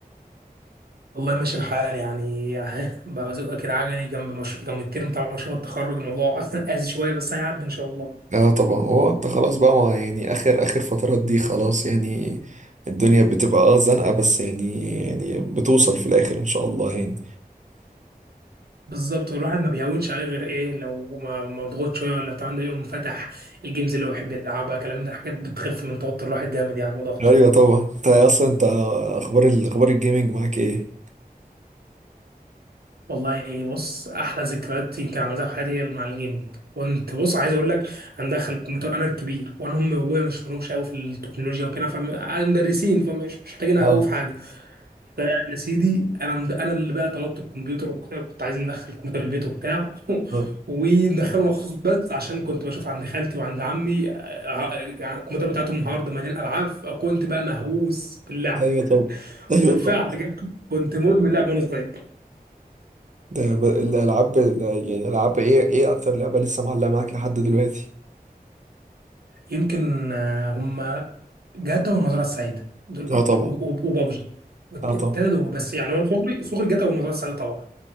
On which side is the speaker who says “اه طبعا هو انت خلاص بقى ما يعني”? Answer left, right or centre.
Right